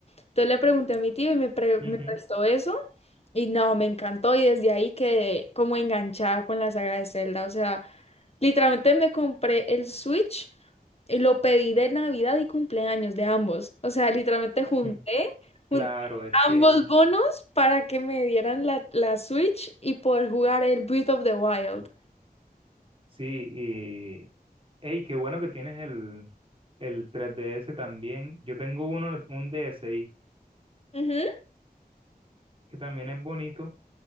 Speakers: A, on the left; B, on the right.
A: Entonces le pregunté a mi tío y me, pre-
B: Ujú,
A: me prestó eso. Y no, me encantó y desde ahí quedé como enganchada con la saga de Zelda. O sea, literalmente me compré el Switch, y lo pedí de Navidad y cumpleaños de ambos. O sea, literalmente junté
B: ujú. Claro, es que
A: ambos bonos para que me dieran la, la Switch y poder jugar el Breath of the Wild.
B: Sí, y hey, qué bueno que tienes el, el tres D S también. Yo tengo uno, un D S i
A: Ujú.
B: que también es bonito,